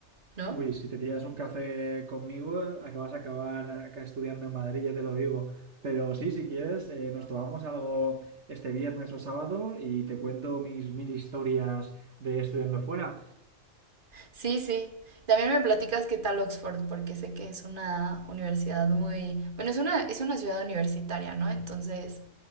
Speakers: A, on the right; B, on the right.
A: ¿no?
B: Uy, si te pillas un café conmigo, acabas a acabar acá estudiando en Madrid, ya te lo digo. Pero sí, si quieres, eh, nos tomamos algo este viernes o sábado y te cuento mis mil historias de estudiando fuera.
A: Sí, sí. También me platicas qué tal Oxford, porque sé que es una universidad muy, bueno, es una, es una ciudad universitaria, ¿no? Entonces,